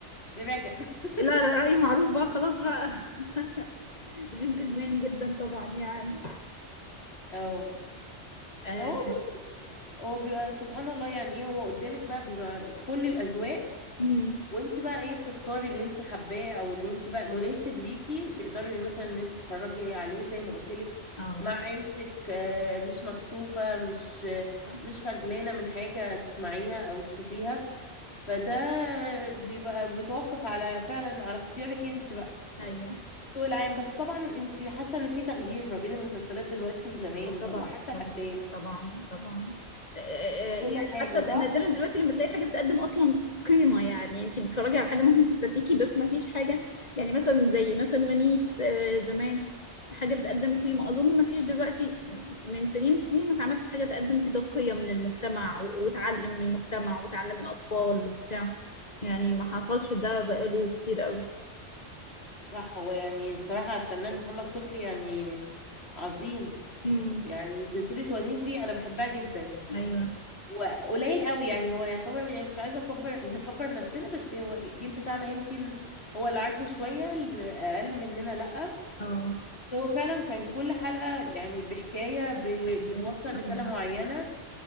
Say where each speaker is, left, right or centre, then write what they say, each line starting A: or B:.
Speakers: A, on the left; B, on the left.
A: في رجب <laughs>
B: لا لا رأيي معروف بقى خلاص بقى <laughs> جنتلمان جدا طبعا يعني
A: اه
B: اه
A: فهو بص هو بيبقى سبحان الله يعني ايه هو قدامك بقى بيبقى كل الاذواق
B: مم.
A: وانت بقى ايه بتختاري اللي انت حباه او اللي انت بقى مناسب ليكي تقدري مثلا ان انت تتفرجي عليه زي ما قلت لك
B: آه،
A: مع عيلتك آه، مش مكسوفة مش
B: صح
A: مش خجلانة من حاجة تسمعيها او تشوفيها فده بيبقى بيتوقف على فعلا على اختيارك انت بقى
B: ايوه
A: الذوق العام بس طبعا انت حاسه ان في تغيير ما بين المسلسلات دلوقتي وزمان
B: اه طبعا
A: وحتى الافلام
B: طبعا طبعا طبعا آه، آه،
A: وكل
B: آه، يعني
A: حاجه
B: حتى انا
A: صح
B: دايما دلوقتي لما تلاقي حاجه بتقدم اصلا قيمه يعني انت بتتفرجي على حاجه ممكن تصدقي بس ما فيش حاجه يعني مثلا زي مثلا ونيس آه، زمان حاجه بتقدم قيمه اظن ما فيش دلوقتي من سنين السنين ما اتعملش حاجه تقدم كده قيم للمجتمع و- وتعلم من المجتمع وتعلم الاطفال وبتاع يعني ما حصلش ده بقاله كتير قوي
A: صح هو يعني الصراحه الفنان محمد صبحي يعني عظيم
B: امم
A: يعني سلسله ونيس دي انا بحبها جدا
B: ايوه
A: وقليل قوي يعني هو يعتبر يعني مش عايزه اكبر <laughs> نكبر نفسنا بس هو الجيل بتاعنا يمكن هو اللي عارفه شويه اللي اقل مننا لا
B: اه
A: بس هو فعلا كان كل حلقة يعني بحكاية ب...
B: ايوه
A: بتوصل
B: ايوه
A: رسالة معينة